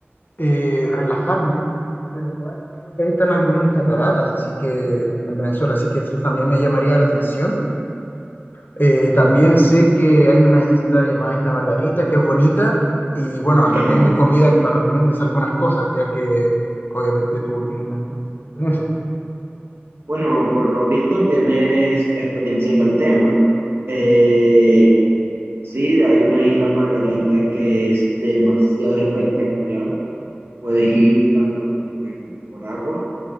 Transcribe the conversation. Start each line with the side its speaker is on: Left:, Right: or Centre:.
Left: eh, relajarme, pero igual creo que ahí están algunas cataratas, así que en Venezuela, así que eso también me llamaría la atención. Eh, también sé que hay una isla llamada Isla Margarita, que es bonita, y bueno,
Right: Ajá.
Left: también de comida que me recomiendes algunas cosas, ya que obviamente tú tienes más conocimiento en eso.
Right: Bueno, por lo visto tienes experiencia en el tema. Eh, sí, hay una isla Margarita que es demasiado espectacular. Puedes ir tanto como en- por agua